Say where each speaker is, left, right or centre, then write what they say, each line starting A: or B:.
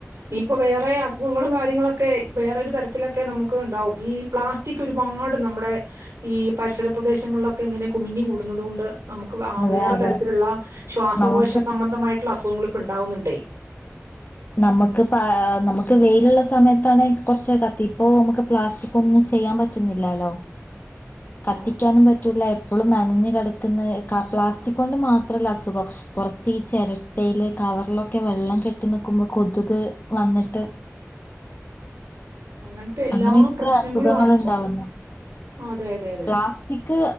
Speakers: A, on the right; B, on the left.
A: ഇനിയിപ്പോ വേറെ അസുഖങ്ങളും കാര്യങ്ങളൊക്കെ വേറെ ഒരു തരത്തിലൊക്കെ നമുക്ക് ഉണ്ടാവും ഈ പ്ലാസ്റ്റിക് ഒരുപാട് നമ്മുടെ ഈ പരിസര പ്രദേശങ്ങളിലൊക്കെ ഇങ്ങനെ കുമിഞ്ഞു കൂടുന്നത് കൊണ്ട് നമുക്ക്
B: അതെ
A: വേറെ
B: അതെ
A: തരത്തിലുള്ള ശ്വാസകോശ
B: നമുക്ക്
A: സംബന്ധമായിട്ടുള്ള അസുഖ അസുഖങ്ങ ഇപ്പ ഇണ്ടാവുന്നുണ്ടേ
B: നമുക്ക് പ നമുക്ക് വെയിലുള്ള സമയത്താണ കുറച്ച കത്തി ഇപ്പൊ നമുക്ക് പ്ലാസ്റ്റിക് ഒന്നും ചെയ്യാൻ പറ്റുന്നില്ലാലോ കത്തിക്കാനും
A: ആഹ്
B: പറ്റൂല ഇപ്പോളും നനഞ്ഞ കിടക്കുന്ന പ്ലാസ്റ്റിക് കൊണ്ട് മാത്രല്ല അസുഖം പുറത്ത് ഈ ചിരട്ടയില് കവറിലൊക്കെ വെള്ളം കെട്ടിനിൽക്കുന്ന ക്കുമ്പോ കൊതുക് വന്നിട്ട്
A: അങ്ങനത്തെ എല്ലാ
B: അങ്ങനെയൊക്കെ
A: പ്രശ്നങ്ങളുമാണ്
B: അസുഖങ്ങൾ
A: ഇപ്പൊ
B: ഉണ്ടാവുന്നു
A: അതെ അതെ അതെ
B: പ്ലാസ്റ്റിക്